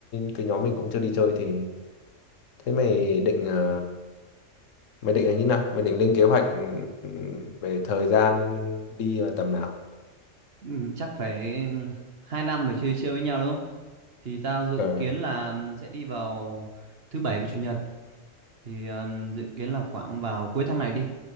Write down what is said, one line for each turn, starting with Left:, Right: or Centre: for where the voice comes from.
Left: cái nhóm mình cũng chưa đi chơi thì thế mày định ờ, mày định là như nào mày định lên kế hoạch ừ, về thời gian đi là tầm nào
Right: Ừm, Chắc phải hai năm rồi chưa đi chơi với nhau đúng không? Thì tao dự
Left: ờ
Right: kiến là ừm, sẽ đi vào thứ bảy và chủ nhật. Thì ừm, dự kiến là khoảng vào cuối tháng này đi.